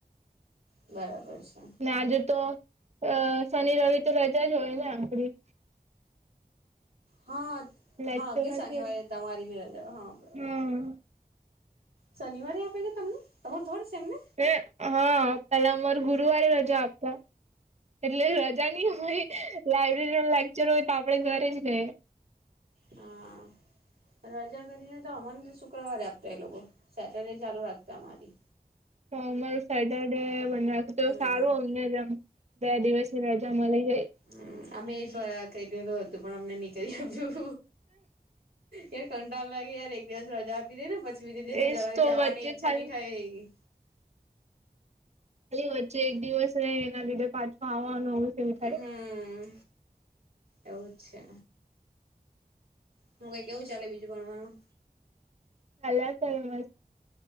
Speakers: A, on the right; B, on the right.
A: હ બરાબર છે.
B: ને આજુ તો અ શનિ રવિ તો રજા જ હોય ને આપડી
A: હા
B: લેક્ચર
A: હા કે શનિવારે
B: નથી
A: તમારી બી રજા હોય હા બરાબર
B: હમ
A: છે. શનિવારે આપે ગયા તમને તમાર ત્રણ સેમને
B: એ હા પેલા અમાર ગુરુવારે રજા આપતા એટલે રજાની હોય લાઈબ્રેરી ન લેક્ચર હોય તો આપડે ઘરે રહીએ
A: હા રજા કરીને તો અમને શુક્રવારે આપતા એ લોકો સેટરડે ચાલુ રાખતા અમારી
B: નોર્મલ સેટ ડે મન
A: હમ
B: તો સારું અમનેમ બે દિવસની રજા મળી જાય-
A: હમ અમે એ જોયા થઈ ગેલુ હતું પણ અમને નીચે <unintelligible> કરી આપ્યું યાર કંટળ લાગે યાર એક દિવસ રજા બીધને પછી બીજે દિવસે
B: એજ
A: જ
B: તો
A: જાવાની
B: વચ્ચે
A: ઈચ્છા
B: ખાલી
A: ની થઈ
B: પછી વચ્ચે એક દિવસ રઈ એના લીધે પાછું આવવાનું તેવું થાય
A: હમ એવું જ છે. હું કઈ કેવું ચાલે બીજું ભણવાનું
B: ચાલ્યા કરે મસ્ત